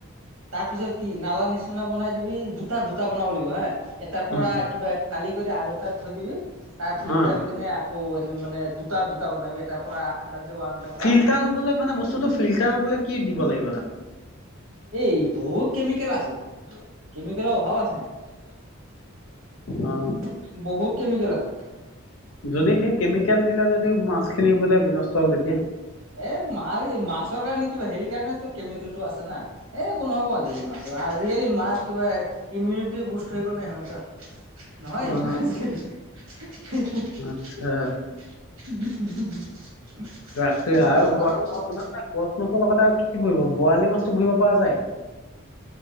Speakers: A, on the right; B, on the left.
A: তাৰপিছত কি, নালা নিচিনা বনাই দিবি। দুট -টা- দুটা বনাব লাগিব হা। এটাৰ পৰা
B: উম
A: কিবা খালি কৰি আৰু এটাত থৈ দিবি। তাত ফিল্টাৰ
B: অ
A: হৈ কিনে আকৌ এনে মানে দুটা-দুটা বনাবিএটাৰ পৰা আন তাত যাব। আনটাৰ পৰা
B: ফিল্টাৰ মানে বস্তুটো ফিল্টাৰ হবলে কি দিব লাগে?
A: এই বহুত কেমিকেল আছে। কেমিকেলৰ অভাৱ আছে নেকি।
B: অ
A: বহুত কেমিকেল আছে।
B: যদি সেই কেমিকেল দিলে যদি মাছখিনি বোলে বিনষ্ট হল তেতিয়া?
A: এ মা- মাছৰ কাৰণে কিবা হেৰিৰ কাৰণেটো কেমিকেলটো আছে না। এই একো নহব আজিকালি মাছৰ আজিকালি মাছ কিবা ইমিউনিটি বুষ্ট হৈ গ'ল না সিহঁতৰ। নহয় ই-
B: অ
A: আজিকালি। <unintelligible>
B: আচ্ছা তাকে আৰু
A: পাৰ
B: বৰালি
A: কৰ
B: <unintelligible> কছ মাছৰ লগতে আৰু কি কৰিব, বৰালি মাছ পুহিব পৰা যায়।